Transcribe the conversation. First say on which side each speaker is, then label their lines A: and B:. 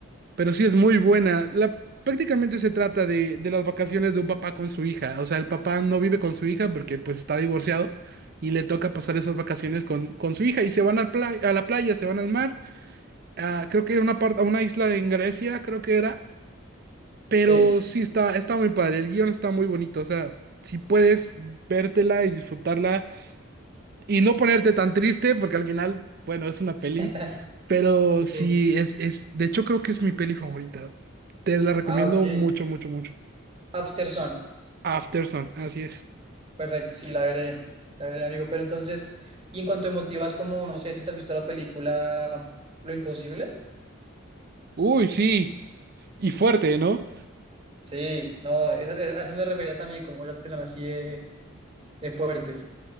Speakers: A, on the right; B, on the right.
A: pero sí es muy buena. La, prácticamente se trata de, de las vacaciones de un papá con su hija, o sea, el papá no vive con su hija porque pues está divorciado. Y le toca pasar esas vacaciones con, con su hija y se van al pla- a la playa, se van al mar, a- creo que a una parte, a una isla en Grecia, creo que era, pero
B: sí.
A: sí está, está muy padre, el guión está muy bonito, o sea, si puedes vértela y disfrutarla y no ponerte tan triste, porque al final, bueno, es una peli,
B: <laughs>
A: pero sí
B: Sí.
A: es, es, de hecho creo que es mi peli favorita. Te la recomiendo
B: Ah, ok.
A: mucho, mucho, mucho.
B: After Sun.
A: After Sun, así es.
B: Perfecto, sí, la veré. La veré, amigo. Pero entonces, y en cuanto a emotivas, como no sé si te has visto la película Lo Imposible.
A: Uy, sí, y fuerte, ¿no?
B: Sí, no, esas, a esas me refería también, como las que son así de, de fuertes.